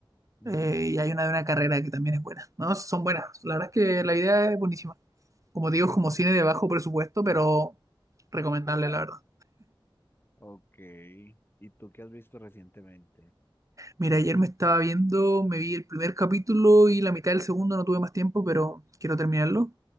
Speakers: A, on the left (about 25°); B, on the right (about 40°).
A: Ujú.
B: Eh, y hay una de una carrera que también es buena. No, son buenas. La verdad es que la idea es buenísima. Como te digo, es como cine de bajo presupuesto, pero recomendable, la verdad.
A: Ok, ¿y tú qué has visto recientemente?
B: Mira, ayer me estaba viendo, me vi el primer capítulo y la mitad del segundo, no tuve más tiempo, pero quiero terminarlo.